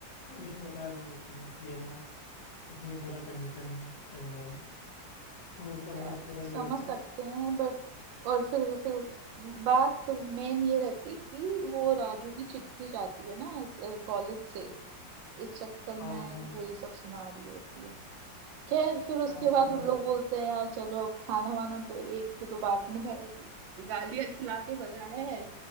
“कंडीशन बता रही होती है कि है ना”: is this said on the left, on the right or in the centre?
Left